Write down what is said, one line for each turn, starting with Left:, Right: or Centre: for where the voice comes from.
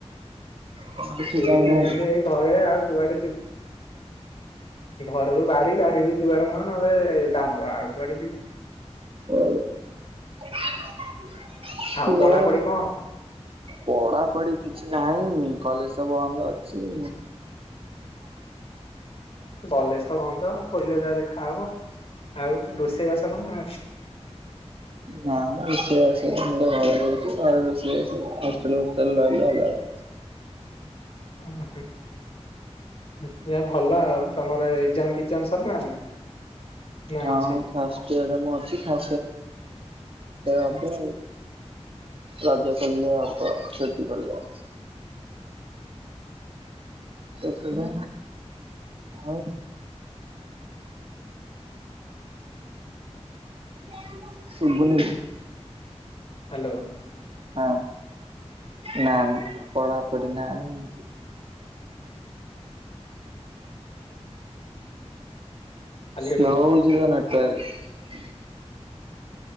Right: କୌଣସି
Left: ଏଇ
Right: କାମ
Left: ବୁଲ
Right: ଆଉ
Left: ବୁନ ଏଇ ଘରେ ଆଉ କୁଆଡେ ଯୁ ଘରରୁ ବାହାରି ବାହାରିବୁ ଦିବାର ମୁହଁ ନହେଲେ ଏ ଦାନ୍ତ ଆଉ କୁଆଡେ ଯିବୁ
Right: ଓ <inaudible> ଶଆ
Left: ଆଉ ପଢାପଢି କଣ?
Right: ପଢ଼ା ପଢ କିଛି ନାହିଁ କଲେଜ ତବ ବନ୍ଦ ଅଛି,
Left: କଲେଜ ତ କନ୍ତ ଖୋୋଇ ଯାହା ଦେଖା ହବ ଆଉ ରୋଷେଇବାସ କଣ
Right: ନା ନିୟ ଆ ସେ ମୁ ଭଲ ଭ ବ ହଲଲ ରହିଲ ଭଲ <inaudible>
Left: ଓ ହ ଯ ଭଲ ଆଉ ତମର ଏଜାମ <inaudible> ଏଜାମ ସବନ ନା ନା
Right: ହଁ
Left: ଅଛି
Right: ଫାଷ୍ଟ ଇରରେ ମୁଁ ଅଛି ଫା ହବ ରଜା କଲେ ହବ ସେଠ କଲେବ ତତରା ଆଉ। ଫ୍ୟାନ ବନ୍ଦ। ଶୁବୁନି ବେ।
Left: ହ୍ୟାଲୋ।
Right: ହଁ ନା ନା ପଢାପଢି ନାହିଁ।
Left: ଖାଲି
Right: ସେ
Left: ଖେଳୁଛୁ।
Right: ହଉ ଯିବ ନା। <unintelligible>